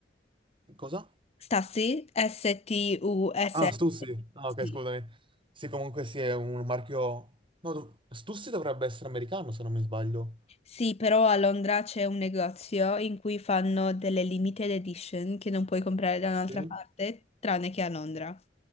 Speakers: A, on the right (about 30°); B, on the left (about 35°).
A: Cosa?
B: Stassi, S-T-U-S-S.
A: Ah, Stussy. Ah, ok,
B: Sì.
A: scusami. Sì, comunque sì, è un marchio... No, dov- Stussy dovrebbe essere americano, se non mi sbaglio.
B: Sì, però a Londra c'è un negozio in cui fanno delle limited edition che non puoi comprare da un'altra
A: Sì?
B: parte, tranne che a Londra.